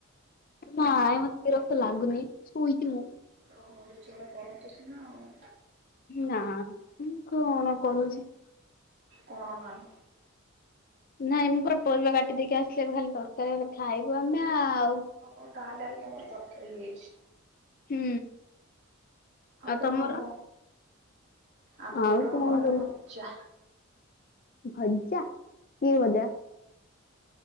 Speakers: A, on the left; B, on the right.
A: ନାଇଁ ମତେ ବିରକ୍ତ ଲାଗୁନି ଶୋଇଛି ମୁଁ।
B: ଓ ହୋ କିଛି ଗୋଟେ କରନ୍ତେ ସିନା ଆଉ।
A: ନାଁ ମୁଁ କଣ କରୁଛି?
B: କଣ ମାଇଁ?
A: ନାଇଁ ମୁଁ ପୁରା ପରିବା କାଟି ଦେଇକି ଆସିଲି, ଏବେ ଖାଲି ତରକାରୀ ହେବ ଖାଇବୁ ଆମେ ଆଉ।
B: ହଉ ତାହେଲେ ଆଜି ତମର ତରକାରୀ ହେଇଛି।
A: ହୁଁ। ଆଉ
B: କଣ
A: ତମର?
B: ହବ? ଆମର
A: ଆଉ କଣ
B: ଅଣ୍ଡା
A: କରି
B: ଭଜା
A: ଭଜା କି ଭଜା?